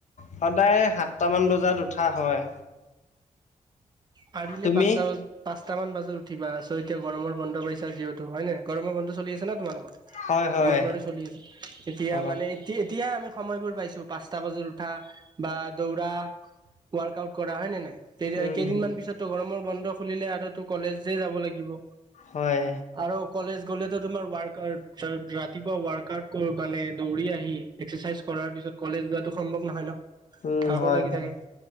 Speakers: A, on the left (about 60°); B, on the right (about 30°).
A: সদায় সাতটামান বজাত উঠা হয়।
B: পাৰিলে
A: তুমি?
B: পাঁচটা বজ- পাঁচটামান বজাত উঠিবা চ' এতিয়া গৰমৰ বন্ধ পাইছা যিহেতু হয় নাই গৰমৰ বন্ধ চলি আছে ন তোমালোকৰ?
A: হয় হয়
B: আমাৰ বাৰু চলি আছে। এতিয়া
A: অঁ
B: মানে, - এতিয়া আমি সময়বোৰ পাইছো পাঁচটা বজাত উঠা বা দৌৰা। ৱাৰ্কআউট কৰা হয় নে নাই? কেৰিয়া
A: উম
B: কেইদিনমান পিছত তো গৰমৰ বন্ধ খুলিলে আৰু তো কলেজেই যাব লাগিব।
A: হয়।
B: আৰু কলেজ গ'লেতো তোমাৰ ৱাৰ্কআউট ৰাতিপুৱা ৱাৰ্কআউট কৰি মানে দৌৰি আহি- এক্সেচাইজ কৰাৰ পিছত কলেজ যোৱাটো সম্ভৱ নহয় ন।
A: উম'
B: ভাগৰ
A: হয়
B: লাগি
A: হয়,
B: থাকে।